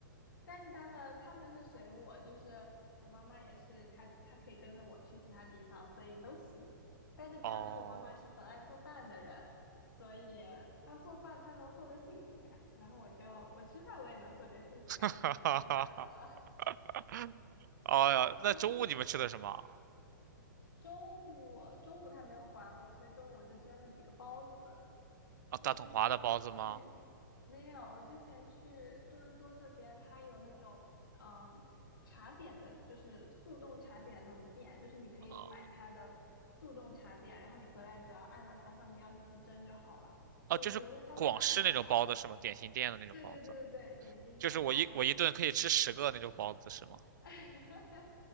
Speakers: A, on the left; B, on the right.
A: 但是他们他们是随我，就是我妈妈也是，她她可以跟着我去其他地方，所以都行。但是主要是我妈妈是很爱做饭的人，
B: 哦。
A: 所以她做饭她能获得幸福感，然后我就我吃饭我也能获得幸福感，
B: <laughs>
A: 所以我就让她做了。
B: <laughs> 哎呀，那中午你们吃的什么
A: <laughs> 所以中午中午她没有管我，所以中午我就蒸了几个包子，
B: 啊？大统华的包子吗？
A: 我之前有去，没有，我之前去多伦多那边，它有那种嗯茶点的，就是速冻茶点那种店，就是你可以买它的速冻茶点，
B: 啊
A: 然后你回来只要按照它上面的要求去蒸就好了。
B: 啊，
A: 我觉得它味道还蛮好的。
B: 就是广式那种包子是吗？点心店的那种包子，
A: 对对对对对，点心店，
B: 就是我一我一顿可以吃十个那种包子是吗？
A: 广式点心店。<laughs>